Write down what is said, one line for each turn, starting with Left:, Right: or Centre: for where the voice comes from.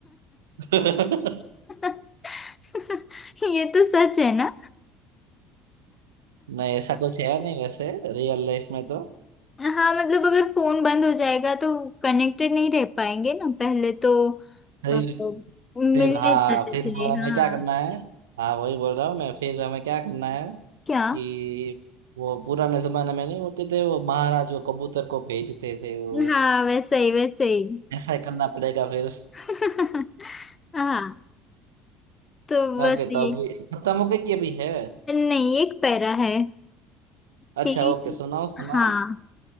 Right: <laughs>
Left: <laughs> ये तो सच है ना
Right: नहीं ऐसा कुछ है नहीं वैसे रियल लाइफ में तो
Left: हाँ मतलब अगर फोन बंद हो जाएगा तो कनेक्टेड नहीं रह पाएंगे ना पहले तो
Right: फिर
Left: अ, मिलने
Right: फिर हाँ
Left: जाते
Right: फिर
Left: थे
Right: वो हमें
Left: हाँ
Right: क्या करना है हाँ वही बोल रहा हूँ मैं फिर हमें क्या करना है
Left: क्या
Right: कि वो पुराने जमाने में नहीं होते थे वो महाराज वो कबूतर को भेजते थे वो
Left: हाँ वैसे ही वैसे ही
Right: ऐसा ही करना पड़ेगा फिर
Left: <laughs> हाँ तो बस
Right: ओके
Left: ये
Right: तो अभी खत्म हो गई कि अभी है
Left: नहीं एक पैरा है कि
Right: अच्छा ओके सुनाओ सुनाओ
Left: हाँ